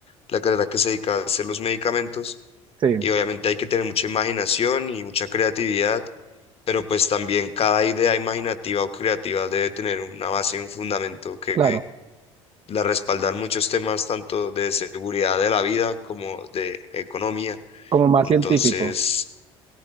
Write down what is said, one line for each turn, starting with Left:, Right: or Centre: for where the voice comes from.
Left: la carrera que se dedica a hacer los medicamentos.
Right: Sí,
Left: Y obviamente hay que tener mucha imaginación y mucha creatividad, pero pues también cada idea imaginativa o creativa debe tener una base y un fundamento que
Right: claro,
Left: la respaldan muchos temas, tanto de seguridad de la vida como de economía.
Right: como más
Left: Entonces...
Right: científico.